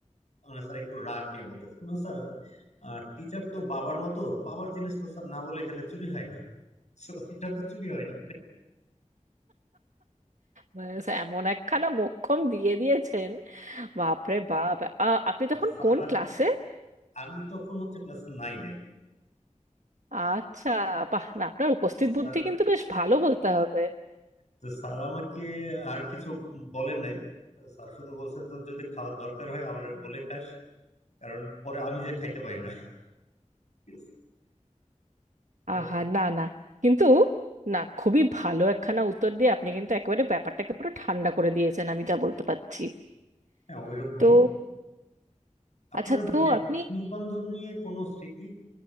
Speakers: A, on the left; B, on the right.
A: মানে স্যার একটু রাগ নিয়ে বলতেছে আমি বললাম, স্যার টিচার তো বাবার মতো বাবার জিনিস তো স্যার না বলে খেলে চুরি হয় না So, এটা তো চুরি হয়নি
B: ব্যাস, এমন একখানা মোক্ষম দিয়ে দিয়েছেন বাপরে বাপ আ, আপনি তখন
A: স্যার
B: কোন
A: আর
B: ক্লাসে
A: কি- আমি তখন হচ্ছে ক্লাস নাইনে
B: আচ্ছা বাহ না আপনার উপস্থিত
A: স্যার
B: বুদ্ধি কিন্তু বেশ ভালো বলতে হবে
A: তো স্যার আমাকে আর কিছু বলেন নাই স্যার শুধু বলছে তো যদি খাওয়ার দরকার হয় আমারে বলে খাস কারণ পরে আমি যে খাইতে পারি না ঠিক আছে? তো
B: আহা না না কিন্তু না খুবই ভালো একখানা উত্তর দিয়ে আপনি কিন্তু একেবারে ব্যাপারটাকে পুরো ঠান্ডা করে দিয়েছেন আমি যা বলতে পারছি
A: হ্যাঁ ওই রকমই
B: তো
A: আপনার
B: আচ্ছা তো
A: মানে
B: আপনি
A: বন্ধু বান্ধব নিয়ে কোনো স্মৃতি